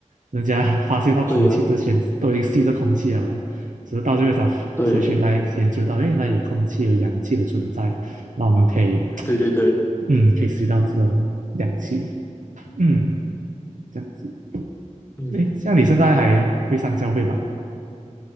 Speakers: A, on the right (about 75°); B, on the left (about 15°).
A: 人家发现到空气之前都已经吸着空气了嘛，
B: 对呀、
A: 只是到最后才科学来研究到，
B: 对
A: 原来有空气、有氧气的存在，那我们可以，
B: 对对对，
A: 嗯，可以吸到这种氧气，嗯，这样子。
B: 嗯，
A: 诶，像你现在还会上教会吧？